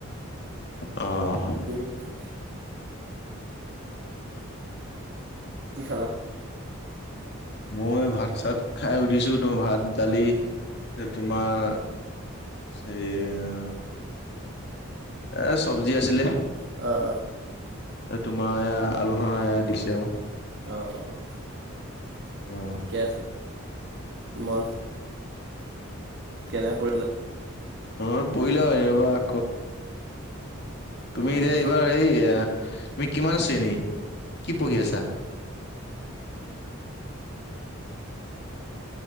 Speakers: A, on the left; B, on the right.
A: অ'।
B: <inaudible> কি খালা?
A: মই ভাত-চাত খাই উঠিছোঁ। তোমাৰ ভাত, দালি, তোমাৰ চেইয়া এ চবজি আছিলে।
B: অ', অ'!
A: তোমাৰ এয়া আলোহনা এয়া দিছে আও।
B: অ', অ'!
A: অ'।
B: ঠিকে আছে। মই কেনে পৰিলা?
A: <unintelligible> এইয়া, তুমি
B: উম
A: কিমান শ্ৰেণী, কি পঢ়ি আছাঁ?